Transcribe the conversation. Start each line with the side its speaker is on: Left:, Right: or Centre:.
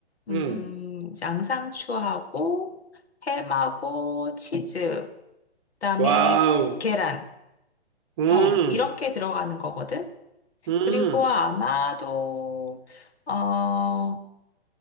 Left: 음,
Right: 음,
Left: 양상추하고 햄하고 치즈, 그다음에
Right: 와우,
Left: 계란.
Right: 음,
Left: 어, 이렇게 들어가는 거거든.
Right: 음,
Left: 그리고 아마도 어,